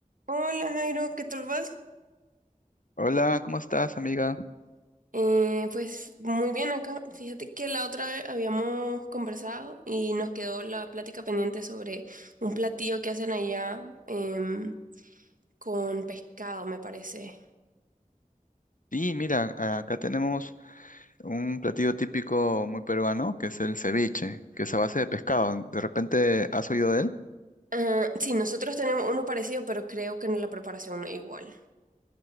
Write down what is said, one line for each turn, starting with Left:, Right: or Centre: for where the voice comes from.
Right: Hola Jairo, ¿qué tal vas?
Left: Hola, ¿cómo estás, amiga?
Right: Eh, pues muy bien acá. Fíjate que la otra vez habíamos conversado y nos quedó la plática pendiente sobre un platillo que hacen allá em, con pescado, me parece.
Left: Sí, mira, acá tenemos un platillo típico muy peruano, que es el ceviche, que es a base de pescado. ¿De repente has oído de él?
Right: Ah, sí, nosotros tenemos uno parecido, pero creo que la preparación no es igual.